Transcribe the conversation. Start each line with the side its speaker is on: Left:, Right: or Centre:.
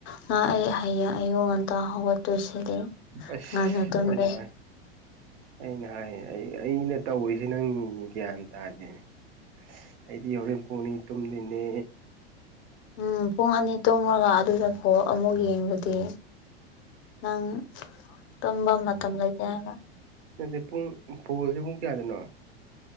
Left: ꯉꯥ ꯑꯩ ꯍꯌꯦꯡ ꯑꯌꯨ ꯉꯟꯇꯥ ꯍꯧꯒꯠꯇꯣꯏꯁꯤꯗꯤ
Right: ꯑꯁ
Left: ꯉꯟꯅ ꯇꯨꯝꯗ꯭ꯔꯗꯤ
Right: ꯑꯩꯅ ꯍꯥꯏ ꯑꯩꯅ ꯍꯥꯏꯌꯦ ꯑꯩ ꯑꯩꯅ ꯇꯧꯔꯤꯁꯦ ꯅꯪ ꯒ꯭ꯌꯥꯟ ꯇꯥꯗꯦꯅꯦ ꯑꯩꯗꯤ ꯍꯣꯔꯦꯟ ꯄꯨꯡ ꯑꯅꯤ ꯇꯨꯝꯗꯦꯅꯦ
Left: ꯎꯝ ꯄꯨꯡ ꯑꯅꯤ ꯇꯨꯝꯔꯒ ꯑꯗꯨꯗ ꯐꯣꯜ ꯑꯃꯨꯛ ꯌꯦꯡꯔꯗꯤ ꯅꯪ ꯇꯨꯝꯕ ꯃꯇꯝ ꯂꯩꯇꯦ ꯍꯥꯏꯕ
Right: ꯅꯗꯦ ꯄꯨꯡ ꯕꯣꯜꯁꯦ ꯄꯨꯡ ꯀꯌꯥꯗꯅꯣ